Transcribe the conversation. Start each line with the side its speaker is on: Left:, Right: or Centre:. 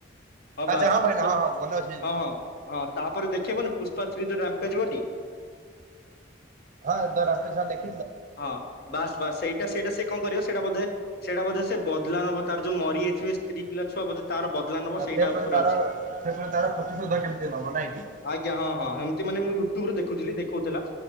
Left: ହଁ
Right: ଆଚ୍ଛା
Left: ବାସ୍
Right: ଭାଇନା
Left: ହଁ
Right: ମନେ ଅଛି
Left: ହଁ। ହଁ ତାପରେ ଦେଖେଇବନି ପୁଷ୍ପା ଥ୍ରୀ ଜ ରାମ୍ପେଷ୍ଟ ବୋଲି
Right: ହଁ <inaudible> ଦେଖ
Left: ହଁ ବାସ୍ ବାସ୍ ସେଇଟା ସେଇଟା ସେ କଣ କରିବ ସେଇଟା ବୋଧେ ସେଇଟା ବୋଧେ ସେ ବଦଲା ନବ ତାର ଯୋଉ ମରିଯାଇଥିବେ ସ୍ତ୍ରୀ ପିଲା ଛୁଆ ବୋଧେ ତାର ବଦଲା ନବ ସେଇଟା
Right: ସେ ପ୍ରତି
Left: ଉପରେ
Right: ତାର
Left: ଅଛି।
Right: ସେ ପ୍ରତି ତାର ପ୍ରତିଶୋଧ କେମିତି ନବ ନାଇଁ କି?
Left: ଆଜ୍ଞା ହଁ ହଁ ଏମିତି ମାନେ ମୁଁ ୟୁଟ୍ୟୁବରୁ ଦେଖୁଥିଲି ଦେଖଉଥିଲା